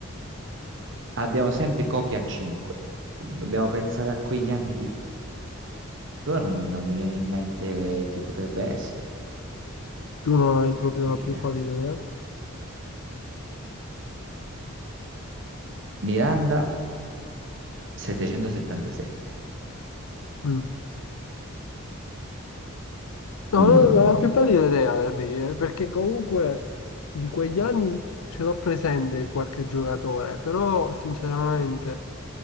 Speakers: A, on the right (about 55°); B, on the left (about 80°).
A: Abbiamo sempre Koke a 5. Dobbiamo pensare a quegli anni lì. Però non, non mi viene in mente chi potrebbe essere.
B: Tu non hai proprio
A: Perché
B: la più pallida idea.
A: Miranda, 777.
B: Mm. No,
A: Mm.
B: non non ho la più pallida idea, Henry, eh, perché comunque di quegli anni ce l'ho presente qualche giocatore, però sinceramente